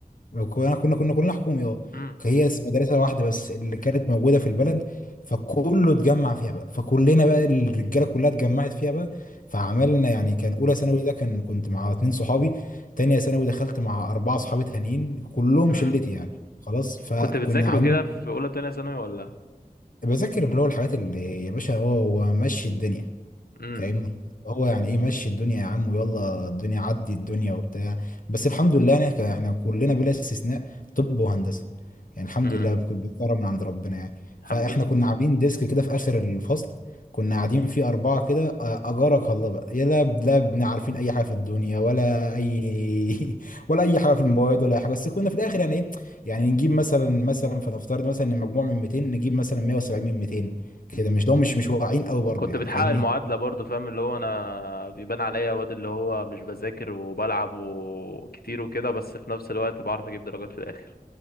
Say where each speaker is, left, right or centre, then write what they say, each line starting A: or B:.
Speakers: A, on the left; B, on the left.
A: كنا كنا كنا كلنا حكومي اه
B: مم.
A: هي مم. بس مدرسة واحدة بس اللي كانت موجودة في البلد فكله اتجمع فيها بقى فكلنا بقى الرجالة كلها اتجمعت فيها بقى فعملنا يعني كان أولى ثانوي ده كان كنت مع اتنين صحابي تانية ثانوي دخلت مع أربعة صحابي تانيين كلهم
B: مم.
A: شلتي يعني خلاص فكنا
B: كنت بتذاكر
A: عاملين
B: وكده في اولى تانية ثانوي ولا
A: بذاكر اللي هو الحاجات اللي يا باشا هو هو ماشي الدنيا
B: مم.
A: فاهمني هو يعني ايه مشي الدنيا يا عم ويلا الدنيا عدي الدنيا وبتاع بس الحمد لله انا ك- احنا كلنا بلا استثناء طب وهندسه يعني الحمد
B: مم.
A: لله بك- بكرم من عند ربنا يعني
B: الحمد
A: فاحنا
B: لله
A: كنا عاملين ديسك كده في اخر الفصل كنا قاعدين فيه اربعه كده أ- اجارك الله بقى يا لا لا بن عارفين اي حاجه في الدنيا ولا اي <laughs> ولا اي حاجه في المواد ولا اي حاجه بس كنا في الاخر يعني ايه يعني نجيب مثلا مثلا فنفترض مثلا ان المجموع من 200 نجيب مثلا 170 من 200 كده مش ده مش مش واقعين قوي برضو
B: كنت
A: يعني
B: بتحقق
A: فاهمني
B: المعادلة برضو فاهم اللي هو انا بيبان عليا واد اللي هو مش بذاكر وبلعب وكتير وكده بس في نفس الوقت بعرف اجيب درجات في الاخر